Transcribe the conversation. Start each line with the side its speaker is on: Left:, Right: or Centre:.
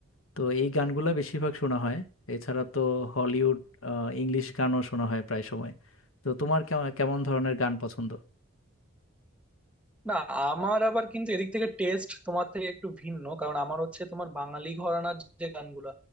Left: তো এই গানগুলা বেশিরভাগ শোনা হয় এছাড়া তো হলিউড আহ, ইংলিশ গানও শোনা হয় প্রায় সময় তো তোমার কেমন কেমন ধরনের গান পছন্দ
Centre: না আমার আবার কিন্তু এদিক থেকে টেস্ট তোমার থেকে একটু ভিন্ন কারণ আমার হচ্ছে তোমার বাঙালি ঘরানার যে গানগুলা